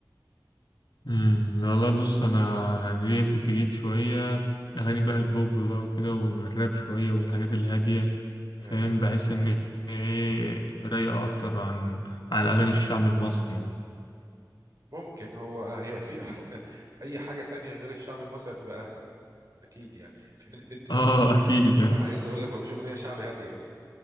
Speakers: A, on the left; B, on the right.
A: امم لا لا بص انا يعني ليا في الجديد شوية اغاني بقى البوب بقى وكده والراب شوية والحاجات الهادية
B: تمام.
A: فاهم بحس ان هي ايه رايقة اكتر عن عن اغاني الشعب المصري يعني
B: ممكن هو آه، هي في <laughs> حاجة اي حاجة تانية غير الشعب المصري هتبقى اهدى اكيد يعني <laughs> لأن انت
A: اه
B: ال...
A: اكيد يعني
B: انا عايز اقول لك مفيش اغنية شعبي هادية اصلا